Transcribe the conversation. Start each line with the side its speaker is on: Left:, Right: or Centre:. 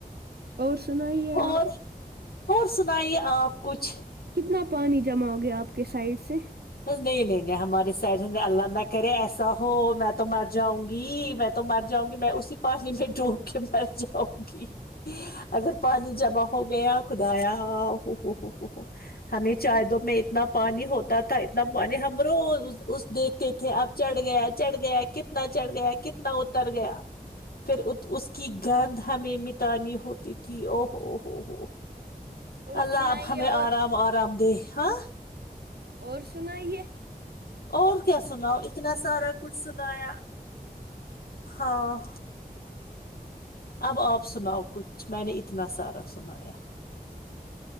Right: اور سنائیے آپ
Left: اور اور سنائیے آپ کچھ
Right: کتنا پانی جمع ہو گیا آپ کے سائڈ سے
Left: نہیں نہیں نہیں ہمارے سڈ نے اللہ نہ کرے ایسا ہو میں تو مر جاؤں گی گی میں تو مر جاؤں گی میں اسی پانی میں ڈوب کے مر جاؤں گی اگر پانی جمع ہو ہو گیا خدایا ہو ہو ہو ہو ہو ہمیں چائے دو میں اتنا پانی ہوتا تھا ن نے ہم رو اس دیکھتے تھے اب چڑھ گیا چڑھ گیا کتنا چڑھ گیا کنا ن اتر گیا پھر اس کی گندند ہمیں مٹانی ہوتی تھی اوو ہوو ہو
Right: اور
Left: اللہ
Right: سنائیے
Left: آب ہمیں
Right: اور
Left: آرام آرام دے ہاں
Right: اور سنائیے
Left: اور کیا سنا ہو اتنا سارا کچھ سنایا ہاں اب آپ سناؤ کچھ میں نے اتنا سارا سنایا